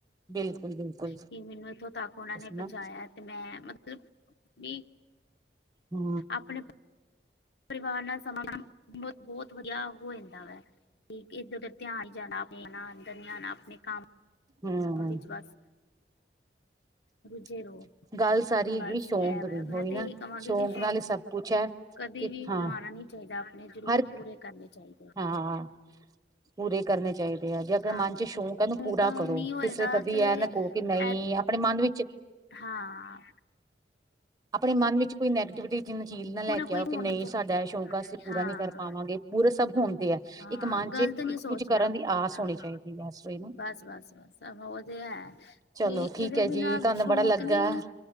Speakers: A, on the right; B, on the left.
A: ਬਿਲਕੁਲ ਬਿਲਕੁਲ
B: ਕੀ ਮੈਨੂੰ ਇੱਥੋਂ ਤੱਕ ਉਹਨਾਂ ਨੇ
A: ਨਾ
B: ਪਹੁੰਚਾਇਆ, ਤੇ ਮੈਂ ਮਤਲਬ ਵੀ
A: ਹੂ
B: ਆਪਣੇ ਪਰਿਵਾਰ ਨਾਲ ਸਮਾਂ ਬਤ ਬਹੁਤ ਵਧੀਆ ਹੋ ਜਾਂਦਾ ਵੈ, ਕਿ ਇੱਧਰ ਉਧਰ ਧਿਆਨ ਜਾਣਾ ਏ ਣਾ, ਅੰਦਰ ਨੀ ਆਉਣਾ, ਆਪਣੇ ਕੰਮ
A: ਹੁ ਹੁ
B: ਵਿੱਚ ਬਸ
A: <unintelligible>
B: ਰੁੱਝੇ ਰਹੋ
A: ਗੱਲ ਸਾਰੀ ਹੈਗੀ
B: ਬਸ
A: ਸ਼ੌਂਕ
B: ਇਹ ਵੈ
A: ਦੀ
B: ਮੈਂ
A: ਔ ਹੀ
B: ਤੇ
A: ਨਾ
B: ਇਹੀ ਕਹਾਂਗੀ
A: ਸ਼ੌਕ
B: ਕਿ
A: ਨਾਲ ਹੀ ਸਭ ਕੁਛ ਹੈ।
B: ਕਦੇ
A: ਕਿ
B: ਵੀ
A: ਹਾਂ
B: ਗਵਾਉਣਾ ਨਹੀ ਚਾਹੀਦਾ, ਆਪਣੇ ਜ਼ਰੂਰ
A: ਹਰ
B: ਪੂਰੇ ਕਰਨੇ ਚਾਹੀਦੇ।
A: ਹਾਂ, ਪੂਰੇ ਕਰਨੇ ਚਾਹੀਦੇ ਆ, ਜੇ ਅਗਰ
B: ਹਾਂ
A: ਮਨ ਚ ਸ਼ੌਕ ਹੈਨਾ ਪੂਰਾ
B: ਨਹੀਂ
A: ਕਰੋ,
B: ਹੋਏਗਾ
A: ਕਿਸੇ ਕਦੀ
B: ਤੇ
A: ਇਹ ਨਾ ਕਹੋ, ਕਿ ਨਹੀਂ
B: ਐ
A: ਆਪਣੇ ਮਨ ਵਿੱਚ
B: ਹਾਂ
A: ਆਪਣੇ ਮਨ ਵਿੱਚ ਕੋਈ ਨੈਗਟਿਵਿਟੀ ਜਿੰ ਚੀਜ਼ ਨਾਲ
B: ਕੋਈ
A: ਲੈ
B: ਨਾ
A: ਕੇ
B: ਕੋਈ
A: ਆਓ, ਕਿ
B: ਹੋਣਾ
A: ਨਹੀਂ
B: ਚਾਹੀਦਾ
A: ਸਾਡਾ ਇਹ ਸ਼ੌਕ ਅਸੀਂ ਪੂਰਾ
B: ਹਾਂ
A: ਨਹੀਂ ਕਰ ਪਾਵਾਂਗੇ, ਪੂਰਸ ਚ ਹੁੰਦੀ ਹੈ,
B: ਹਾਂ
A: ਇੱਕ ਮਨ
B: ਗ਼ਲਤ
A: ਚ ਇੱਕ
B: ਨਹੀਂ ਸੋਚਣਾ
A: ਕੁੱਝ ਕਰਨ ਦੀ ਆਸ
B: ਹਾਂ।
A: ਹੋਣੀ ਚਾਹੀਦੀ ਹੈ, ਬਸ ਔ ਹੀ ਨਾ।
B: ਬਸ ਬਸ ਬਸ ਉਹ ਤੇ ਹੈ
A: ਚਲੋ
B: ਵੀ ਇਹਦੇ
A: ਠੀਕ ਹੈ
B: ਬਿਨਾਂ
A: ਜੀ, ਤੁਹਾਨੂੰ
B: ਸ਼ੌਕ
A: ਬੜਾ ਲੱਗਾਏ
B: ਨੀ
A: ਐ